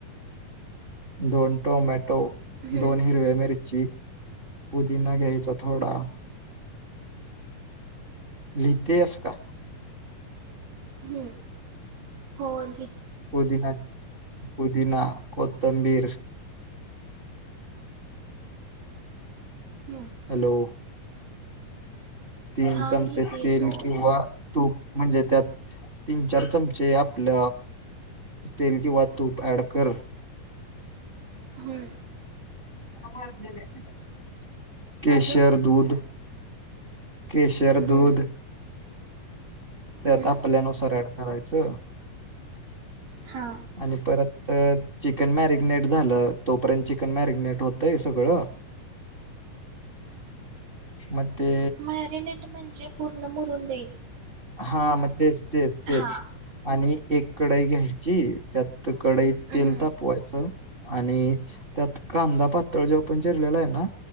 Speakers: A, on the right; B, on the right.
A: दोन टोमॅ दोन
B: हम्म
A: हिरव्या मिरची पुदिना घ्यायचा थोडा लिहिते हास का
B: हम्म हो लि
A: पुदिना पुदिना कोथंबीर
B: हम्म
A: हॅलो तीन
B: हा
A: चमचे
B: लिहिते
A: तेल
B: बोल
A: किंवा तूप म्हणजे त्यात तीन-चार चमचे आपल तेल किंवा तूप ॲड कर
B: हम्म
A: <inaudible> केशर
B: अजून
A: दूध केशर
B: हम्म
A: दूध त्यात
B: हम्म
A: आपल्यानुसार ऍड करायचं
B: हा
A: आणि परत चिकन मॅरीगनेट झाल तोपर्यंत चिकन मॅरीगनेट होते सगळं मग ते
B: मॅरीनेट म्हणजे पूर्ण मुरून दे
A: हा म तेच तेच तेच
B: हा
A: अणि एक कडई घ्यायची त्यात कडईत
B: हम्म
A: तेल तापवायचं आणि त्यात कांदा पातळ जो आपण चिरलेला आहे ना